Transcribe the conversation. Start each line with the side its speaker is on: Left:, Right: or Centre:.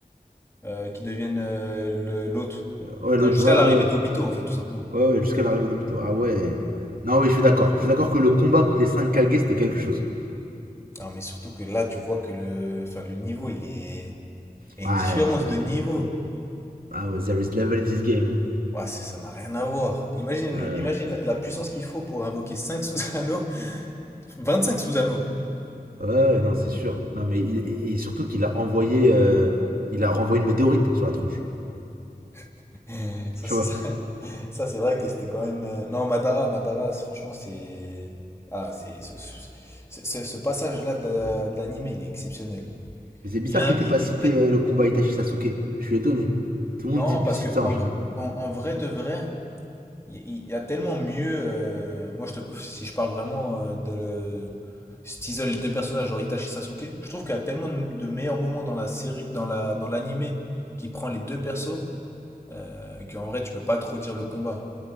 Left: euh, qu'il devienne euh, le- l'hôte.
Right: Euh, Ouais, l'autre,
Left: Enfin, jusqu'à
Right: ouais, ouais,
Left: l'arrivée
Right: ouais.
Left: d'Obito, en fait, tout simplement.
Right: Ouais, ouais, jusqu'à l'arrivée de Buto. Ah ouais. Non, oui, je suis d'accord. Je suis d'accord que le combat contre les cinq Kage, c'était quelque chose.
Left: Ah, mais surtout que là, tu vois que le, enfin, le niveau, il est... il
Right: Ouais,
Left: y a une différence
Right: c'était.
Left: de niveau.
Right: Ah ouais, there is level in this game.
Left: Ouais, ça ça n'a rien à voir. Imagine,
Right: hein.
Left: le... Imagine la la puissance qu'il faut pour invoquer 5 Susanoo 25 Susano.
Right: Ouais. Ouais, ouais, non, c'est sûr. Non, mais il- et et surtout qu'il a envoyé. euh, il a renvoyé une météorite sur la tronche.
Left: <laughs> Ça,
Right: Tu
Left: c'est
Right: vois.
Left: ça. Ça, c'est vrai que c'était quand même. euh, Non, Madara, Madara, c'est- franchement, c'est. Ah, c'est. Ce, ce- ce- ce- passage-là de la- de l'anime, il est exceptionnel.
Right: C'est bizarre
Left: Il a,
Right: que t'aies
Left: il-
Right: pas cité
Left: il- peut-être-
Right: euh, le combat Itachi Sasuke. Je suis étonné. Tout le
Left: Non,
Right: monde dit,
Left: parce
Right: cite
Left: que
Right: ça
Left: en,
Right: en général.
Left: v- en, en vrai de vrai, il y, il y a tellement mieux. euh, moi, je te, si je parle vraiment euh, de. Si t'isoles les deux personnages, genre Itachi Sasuke, je trouve qu'il y a tellement de, de meilleurs moments dans la série, dans la, dans l'anime qui prend les deux persos, euh, qu'en vrai, tu peux pas trop dire le combat.